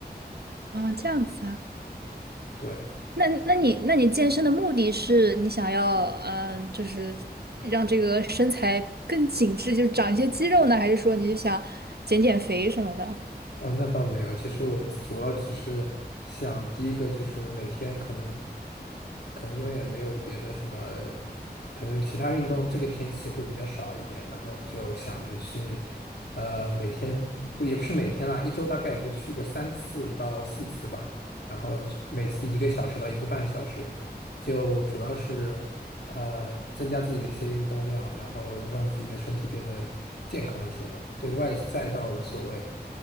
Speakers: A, on the right; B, on the left.
A: 啊，这样子啊。
B: 对。
A: 那那你那你健身的目的是你想要嗯、呃就是让这个身材更紧致，就长一些肌肉呢，还是说你就想减减肥什么的？
B: 啊，那倒没有。其实我主要只是想，第一个就是每天可能，可能因为也没有别的什么，可能其他运动这个天气会比较少一点，然后就想着去，呃，每天不也不是每天啦，一周大概也就去个三次到四次吧，然后每次一个小时到一个半小时，就主要是呃增加自己的一些运动量，然后让自己的身体变得健康一些吧。对外在倒无所谓。